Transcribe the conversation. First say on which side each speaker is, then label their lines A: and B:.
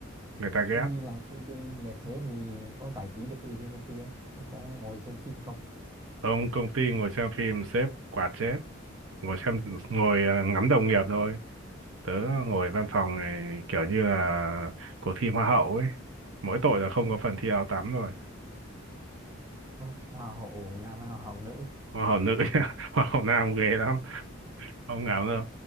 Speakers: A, on the right (about 70°); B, on the right (about 15°).
A: người ta ghét
B: thế đi làm công ty mệt thế thì có giải trí được cái gì trên công ty không có ngồi xem phim không
A: ông công ty ngồi xem phim sếp quạt chết ngồi xem ngồi ờ, ngắm đồng nghiệp thôi tớ ngồi văn phòng này kiểu như là cuộc thi hoa hậu ấy mỗi tội là không có phần thi áo tắm rồi
B: Ừ, hoa hậu nam hay hoa hậu nữ
A: hoa hậu nữ <laughs> nhá, hoa hậu nam ghê lắm không ngáo đâu